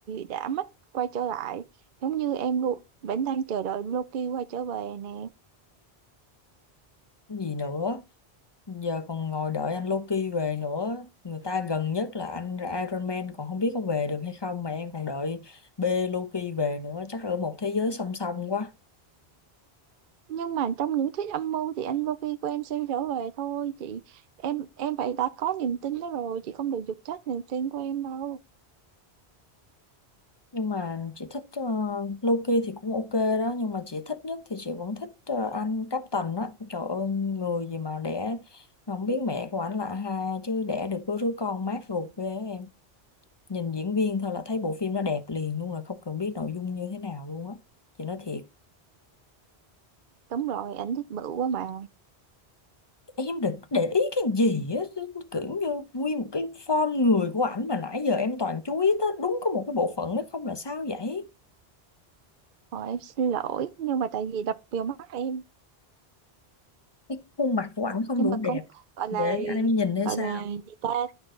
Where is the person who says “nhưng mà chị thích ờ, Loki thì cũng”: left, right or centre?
Left